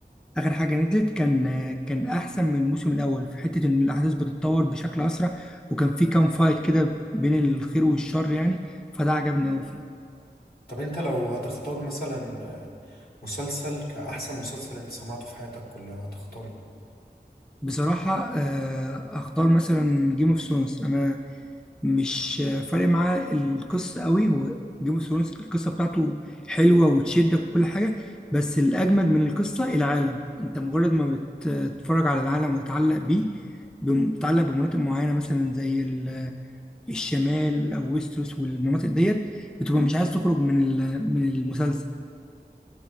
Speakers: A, in the centre; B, on the left (about 60°).
A: اخر حاجه نزلت كان كان احسن من الموسم الاول في حته ان الاحداث بتتطور بشكل اسرع وكان في كام فايت كده بين الخير والشر يعني فده عجبني قوي فيه
B: طب انت لو هتختار مثلا آه، مسلسل كأحسن مسلسل انت سمعته في حياتك كلها هتختار ايه؟
A: بصراحه آه، اختار مثلا جيم اوف ثرونز انا مش آه، فارق معايا القصه قوي هو جيم اوف ثرونز القصه بتاعته حلوه وتشدك وكل حاجه بس الاجمد من القصه العالم انت مجرد ما تتفرج على العالم وتتعلق بيه بم- بتتعلق بمناطق معينة مثلا زي ال- الشمال أو ويستروس والمناطق ديت بتبقى مش عايز تخرج من ال- من المسلسل